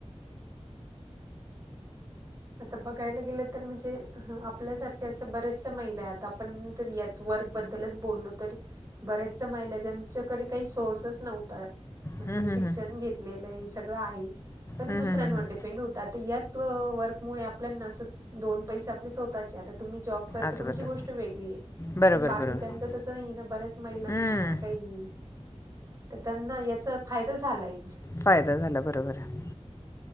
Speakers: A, on the right; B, on the left.
A: आता बघायला गेलं तर म्हणजे आपल्यासारख्या असं बऱ्याचश महिला आता आपण या... वर् बद्दल बोललो तरी बऱ्याचश महिलाजच्याकडे काही सोर्सेस नव्हत. म्हणजे
B: हं, हं,
A: शिक्षण
B: हं.
A: घेतलेलं सगळं आहे पण
B: हं,
A: दुसऱ्यांवर
B: हं, हं, हं.
A: डिपेंड होतात यात वर्क मु आपल्या दोन पैसे आपल्या स्वतःचे.. तुम्ही जॉब कर
B: आता
A: तर तुमची
B: बघा
A: गोष्ट वेगळी आहे.
B: बरोबर
A: पण बाकीच्यांच
B: बरोबर
A: तसं नाही ना बऱ्याच महिलांना
B: हं,
A: काही.. तर त्यांना याचा फायदा झालाय.
B: फायदा झाला बरोबर आहे.